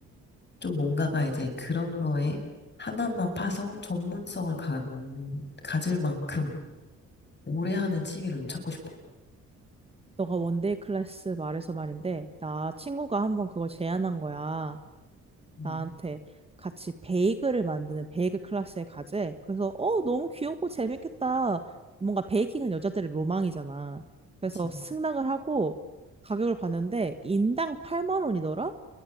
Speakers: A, on the left; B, on the right.
A: 좀 뭔가가 이제 그런 거에 하나만 파서 전문성을 가, 가질 만큼 오래 하는 취미를 좀 찾고 싶어.
B: 너가 원데이 클래스 말해서 말인데, 나 친구가 한번 그걸 제안한 거야.
A: 음,
B: 나한테 같이 베이글을 만드는 베이글 클래스에 가재. 그래서 어 너무 귀엽고 재밌겠다. 뭔가 베이킹은 여자들의 로망이잖아. 그래서
A: 그치.
B: 승낙을 하고 가격을 봤는데 인당 8만 원이더라?